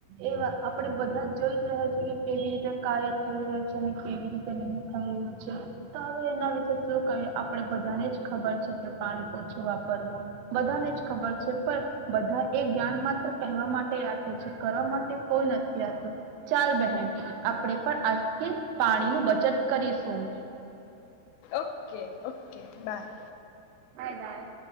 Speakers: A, on the right; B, on the left.
A: એ આપણે બધા જોઈ રહ્યા છે કે કેવી રીતે કાર્ય થઈ રહ્યું છે અને કેવી રીતે નહીં થઈ રહ્યું છે તો હવે એના વિશે શું કહીએ આપણે બધાને જ ખબર છે કે પાણી ઓછું વાપરવું બધાને જ ખબર છે. બધા એ જ્ઞાન માત્ર કહેવા માટે રાખે છે કરવા માટે કોઈ નથી રાખતું. ચાલ બહેન આપણે પણ આજથી પાણીની બચત કરીશું.
B: Okay okay bye.
A: Bye by.